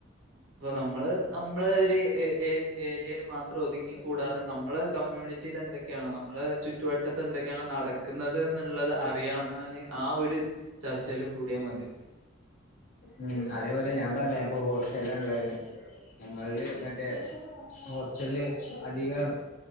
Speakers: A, on the right (about 80°); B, on the left (about 45°).
A: അപ്പൊ നമ്മള് നമ്മള ഒരു ഏ ഏ ഏരിയയിൽ മാത്രം ഒതുങ്ങി കൂടാതെ
B: ആ
A: നമ്മളെ കമ്മ്യൂണിറ്റി റ്റീല് എന്തൊക്കെയാണ് നമ്മുടെ ചുറ്റുവട്ടത്ത് എന്തൊക്കെയാണ് നടക്കുന്നത് എന്നുള്ളത് അറിയാന് ആ ഒരു ചർച്ചയിൽ കൂടിയാൽ മതിയാവും.
B: ഉം അതേപോലെ ഞാൻ പറഞ്ഞില്ലേ ഞാൻപ്പോ ഹോസ്റ്റലാ ഉള്ളേന്ന് ഞങ്ങളില് മറ്റേ ഹോസ്റ്റളില് അധികം